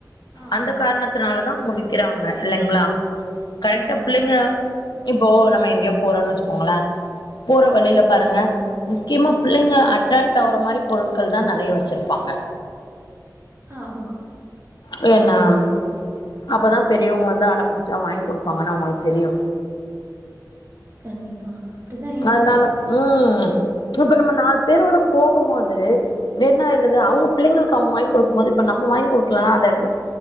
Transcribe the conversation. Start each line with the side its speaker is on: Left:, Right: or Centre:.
Right: ஆமா,
Left: அந்த காரணத் னால தான் அவுங்க விக்கிறாங்க இல்லைங்ளா கரெக்டா
Right: ஆமா,
Left: பிள்ளைங்க இப்போ நம்ம எங்கேயோ போறோம்ன்னு வச்சுக்கோங்களேன் போற வழியில பாருங்க முக்கியமா புள்ளைங்க அட்ராக்ட் ஆற மாரி பொருட்கள் தான் நறைய வச்சிருப்பாங்க
Right: ஆமா
Left: வேன்னாம் அப்போதா பெரியவுங்க வந்து அடம் புடிச்சா வாங்கி குடுப்பாங்கன்னு அவுங்களுக்கு தெரியு
Right: கண்டிப்பா அப்படிதான் இருக்கு.
Left: அதனால ம் இப்ப நம்ம நாலு பேரோட போகும் போது வேறணா இல்லது அவுங்க பிள்ளைங்களுக்கு அவுங்க வாங்கி குடுக்கும் போது இப்ப நம்ம வாங்கி குடுக்கலன்னா அந்த இடத்துல